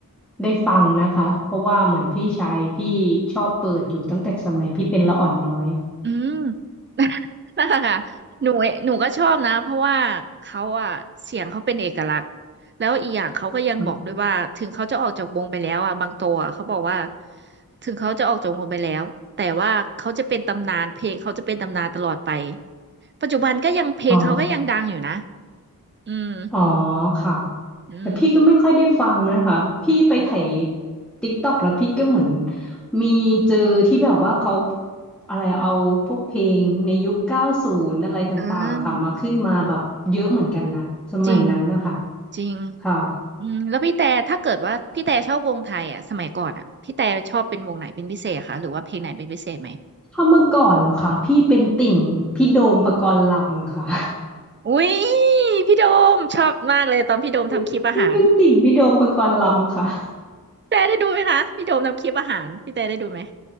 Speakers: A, in the centre; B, on the right (about 35°).
A: ได้ฟังนะคะเพราะว่าเหมือนพี่ชายพี่ชอบเปิดอยู่ตั้งแต่สมัยพี่เป็นละอ่อนน้อย
B: อืม <laughs> นั่นแหละค่ะหนูหนูก็ชอบนะเพราะว่าเขาอะเสียงเขาเป็นเอกลักษณ์แล้วอีกอย่างเขาก็ยังบอกด้วยว่าถึงเขาจะออกจากวงไปแล้วอะบางตัวอะเขาบอกว่า
A: อม
B: ถึงเขาจะออกจากวงไปแล้วแต่ว่าเขาจะเป็นตำนานเพลงเขาจะเป็นตำนานตลอดไปปัจจุบันก็ยังเพลงเขาก็ยังดังอยู่นะ
A: อ๋อ
B: อืม
A: อ๋อค่ะ
B: อืม
A: แต่พี่ก็ไม่ค่อยได้ฟังนะคะพี่ไปไถ
B: อืม
A: ติ๊กต็อกแล้วพี่ก็เหมือนมีเจอที่แบบว่าเขาอะไรเอาพวกเพลงในยุคเก้าศูนย์อะไรต่างๆอะค่ะมาขึ้นมาแบบเยอะเหมือนกันนะสมัยนั้นนะคะ
B: อ่าจริงจริง
A: ค่ะ
B: อืมแล้วพี่แต่ถ้าเกิดว่าพี่แต่ชอบวงไทยอ่ะสมัยก่อนอ่ะพี่แต่ชอบเป็นวงไหนเป็นพิเศษคะหรือว่าเพลงไหนเป็นพิเศษไหม
A: ถ้าเมื่อก่อนเหรอคะพี่เป็นติ่งพี่โดมปกรณ์ลำค่ะ
B: อุ้ยพี่โดมชอบมากเลยตอนพี่โดมทำคลิปอาหาร
A: <laughs> พี่เป็นติ่งพี่โดมปกรณ์ลำค่ะ
B: พี่แต่ได้ดูไหมคะพี่โดมทำคลิปอาหารพี่แต่ได้ดูไหม